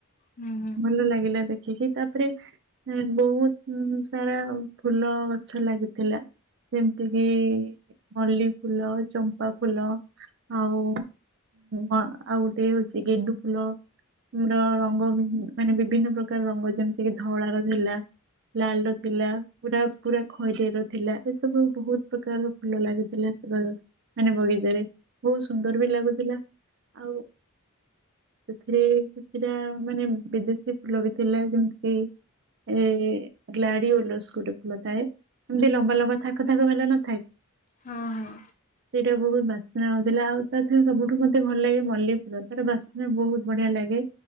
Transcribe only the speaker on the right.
ଭଲ ଲାଗିଲା ଦେଖ ଦେଖିକି ତାପରେ ଉ ବହୁତ ଉ ସାରା ଫୁଲ ଗଛ ଲାଗିଥିଲା ଯେମିତି କିି-ଇ-ଇ-ଇ ମଲ୍ଲି ଫୁଲ, ଚମ୍ପା ଫୁଲ ଆଉ ହଁ ଆଉ ଗୋଟେ ହଉଛି ଗେଣ୍ଡୁ ଫୁଲ ର ରଙ୍ଗ ଭି ମାନେ ବିଭିନ୍ନ ପ୍ରକାର ରଙ୍ଗ ଯେମିତିକି ଧଉଳା ର ଥିଲା, ଲାଲ ର ଥିଲା, ପୁରା ପୁରା ଖଇରିଆ ର ଥିଲା ଏସବୁ ବହୁତ ପ୍ରକାର ଫୁଲ ଲାଗିଥିଲା <unintelligible> ମାନେ ବଗିଚାରେ। ବହୁତ ସୁନ୍ଦର ବି ଲାଗୁଥିଲା। ଆଉ ସେଥିରେ କିଛିଟା ମାନେ ବିଦେଶୀ ଫୁଲ ବି ଥିଲା ଯେମିତି କି ଏ-ଏ-ଏ ଲାଡ଼ି ଓଲସ ଗୋଟେ ଫୁଲ ଥାଏ। ଏମିତି ଲମ୍ବା ଲମ୍ବା ଥାକ ଥାକ ବାଲା ନଥାଏ।
ସେଠା ବହୁତ ବାସ୍ନା ହଉଥିଲା। ଆଉ ତା ରେ ସବୁଠୁ ମତେ ଭଲ ଲାଗେ ମଲ୍ଲୀଫୁଲ। ତାର ବାସ୍ନା ବହୁତ ବଢିଆ ଲାଗେ,